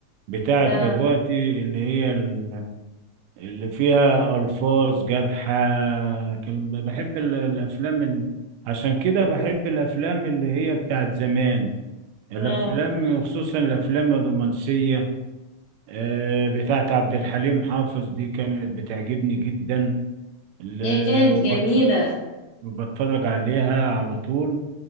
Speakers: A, on the right; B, on the left.
A: بتاعت
B: آه،
A: دلوقتي اللي هي ال- اللي فيها الفاظ جارحه كلام ده. بحب ال- الافلام ال- عشان كده بحب الافلام اللي هي بتاعت زمان الافلام
B: آه.
A: وخصوصا الافلام الرومانسيه آه، بتاعت عبد الحليم حافظ دي كانت بتعجبني جدا ال-
B: هي كانت
A: وبتف...
B: جميلة
A: بتفرج عليها على طول